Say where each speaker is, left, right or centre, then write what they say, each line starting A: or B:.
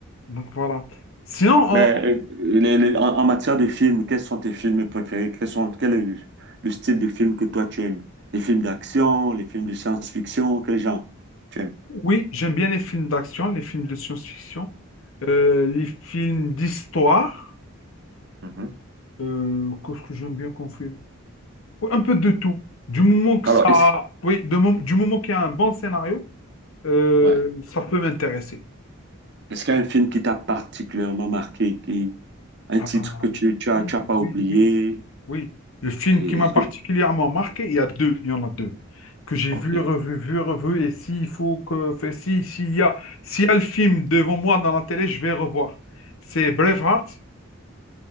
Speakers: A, on the left (about 65°); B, on the right (about 50°).
A: Donc voilà. Sinon, en-
B: Mais
A: en-
B: euh, les- les- en, en matière de films, quels sont tes films préférés? Quels sont, quel est le, le style de film que toi tu aimes? Les films d'action, les films de science-fiction, quel genre tu aimes?
A: oui, j'aime bien les films d'action, les films de science-fiction, euh, les films d'histoire.
B: Mhm.
A: Euh, qu'est-ce que j'aime bien qu'on filme. Oui, un peu de tout. Du moment que
B: Alors,
A: ça,
B: est-ce
A: oui, de mom- du moment qu'il y a un bon scénario, euh,
B: ouais.
A: ça peut m'intéresser.
B: Est-ce qu'il y a un film qui t'a particulièrement marqué, qui, un
A: Ah
B: titre
A: bah,
B: que tu, tu as,
A: oui,
B: tu as pas
A: oui,
B: oublié?
A: oui, oui. Oui, le film
B: Et
A: qui m'a
B: est-ce
A: particulièrement
B: que
A: marqué, il y a deux, il y en a deux, que j'ai
B: OK.
A: vu, revu, vu, revu, et s'il faut que, fait, si, s'il y a, s'il y a le film devant moi dans la télé, je vais revoir. C'est Braveheart,